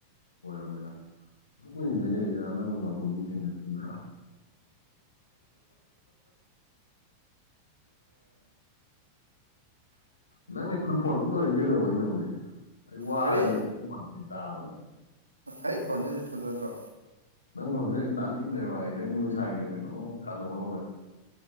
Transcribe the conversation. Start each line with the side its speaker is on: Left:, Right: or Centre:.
Left: <unintelligible> ꯑꯁꯨꯛ ꯀꯨꯏꯅ ꯂꯩꯔꯛ ꯏꯁꯤ ꯅꯪꯕꯨ ꯉꯥꯛꯄ ꯃꯤ ꯊꯦꯡꯅꯗ꯭ꯔꯤ ꯅꯪꯅꯦ ꯑꯩꯉꯣꯟ ꯐꯣꯟ ꯑꯗꯨꯝ ꯇꯧꯔꯤꯛꯏꯁꯦ ꯀꯩꯗꯧꯕꯩꯅ‌ꯣꯃ‌ꯦ ꯑꯩ ꯋꯥꯔꯦ‌
Right: ꯀꯔꯤ
Left: <unintelligible> ꯇꯥꯕꯗ
Right: ꯑꯩ ꯈꯣꯟꯖꯦꯜꯁꯦ ꯐꯖꯗ꯭ꯔꯣ
Left: ꯍꯧꯖꯤꯛ ꯑꯩꯅ ꯇꯥꯅꯤꯡ ꯗ꯭ꯔ‌ꯦ ꯑꯩ ꯅꯪ ꯅ‌ꯣꯏ ꯁꯥꯏꯒ ꯀꯩꯅꯣꯝ ꯁꯅꯧꯔ‌ꯦ ꯚꯥꯏ